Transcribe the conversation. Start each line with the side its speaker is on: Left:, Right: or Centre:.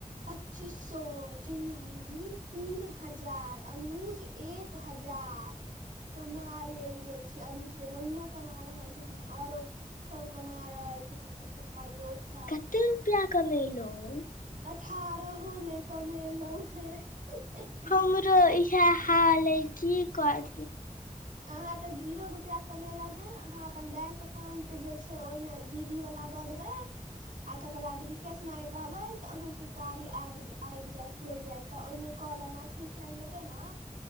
Right: पच्चीस सो चिड़िया दीदी तीन हजार अनुज एक एक हजार कमा लेल गेल छै अनुज के मम्मियो कमा रहल छथिन आओरो सब कमा कमा रहल छथिन ओतूका लोक सब
Left: तु रुपआ कमेलहूँ
Right: अठारहो नहि कमेलहुँ हेँ
Left: हमरो इहै हाल हइ कि करु
Right: अहाँ तऽ जीरो रुपआ कमेलहूँ हेँ अहाँ अपन बैंक अकाउंट जे छै से ओहिमे दीदी वला दऽ देबै आ तकर बाद रिफ्रेश मारैत रहबै तऽ अहूँके कार्य ऐप्प आबि जाएत प्रोजेक्ट ओहिमे कहल मैथिल फ्रेंड एतेने